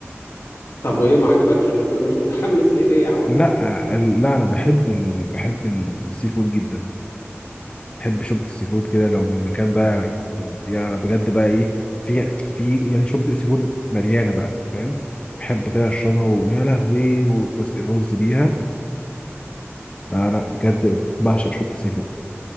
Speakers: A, on the left; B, on the left.
A: طب وايه ما عجبكش ولا ما- مش متحمس ليه ليه يا عم
B: لا آه، ال- لا انا بحب ال... بحب السي فود جدا بحب شوربه السي فود كده لو من مكان بقى يا بجد بقى ايه في في يعني شوربه السي فود مليانه بقى فاهم بحب كده اشربها ويا لهوي بس الرز بيها لا لا بجد بعشق شوربه السي فود